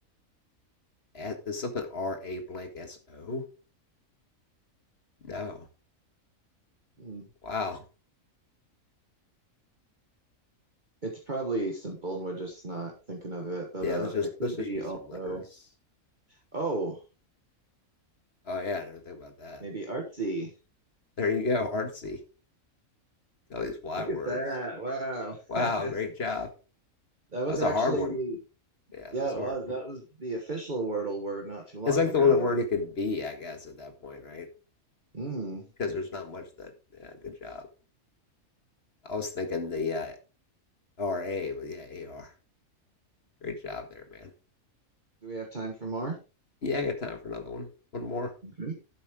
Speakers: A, on the left; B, on the right.
A: At, is something R A blank S O? No.
B: hmm.
A: Wow.
B: it's probably simple and we're just not thinking of it, but
A: Yeah.
B: uh,
A: Let's just
B: it
A: let's
B: could
A: just
B: be
A: use
B: also,
A: some letters.
B: oh,
A: Oh yeah, I never think about that.
B: maybe artsy.
A: There you go, artsy. all these Y
B: Look
A: words.
B: at that. Wow.
A: Wow, great
B: <laughs>
A: job.
B: That was
A: That was
B: actually
A: a hard one.
B: the,
A: Yeah,
B: yeah,
A: that was
B: it
A: a
B: was.
A: hard one.
B: That was the official Wordle word not too long
A: It's like
B: ago.
A: the only word it could be, I guess, at that point, right?
B: Mm.
A: Because there's not much that. Yeah, good job. I was thinking the uh, RA, but yeah, AR. Great job there, man.
B: Do we have time for more?
A: Yeah, I got time for another one. One more.
B: Mm-hmm.